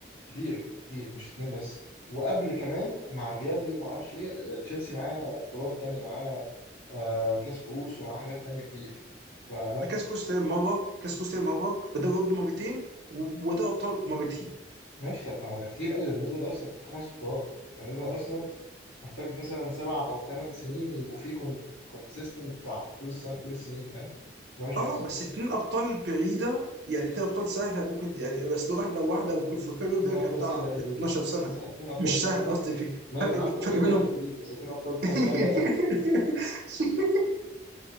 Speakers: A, on the left; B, on the right.
A: كتير كتير مش اتنين بس وقبل كمان مع فيالي وما اعرفش ايه تشيلسي معاه بطولات تانية معاه آه كاس كؤوس ومعاه حاجات تانية كتير فلا
B: كاس كوستا مره كاس كوستا مره ودوري اوروبا مرتين ودوري ابطال مرتين
A: ماشي طب ما ده كتير قوي ده بالنسبه لارسنال خمس بطولات يعني بالنسبه لارسنال محتاج مثلا سبع او ثمان سنين إن يبقوا فيه كون كونسيستنت بتاع طول السنه طول السنين فاهم ده مش
B: اه
A: هيحصل
B: بس اتنين ابطال بعيده يعني اتنين ابطال سهله ممكن يعني بس واحده وواحده ويكون في فرق بينهم
A: اتنين
B: تقريبا
A: ابطال
B: كان بتاع
A: سهله يا دود
B: 12 سنه
A: اتنين سهل- اتنين ابطال
B: مش
A: ما
B: سهل
A: ما انا
B: قصدي في
A: ما
B: فرق
A: انا أنا
B: بي-
A: عارف إنت بتشجع
B: فرق بينهم
A: ريال مدريد بس اتنين ابطال دي
B: <laughs>
A: حاجه صعبه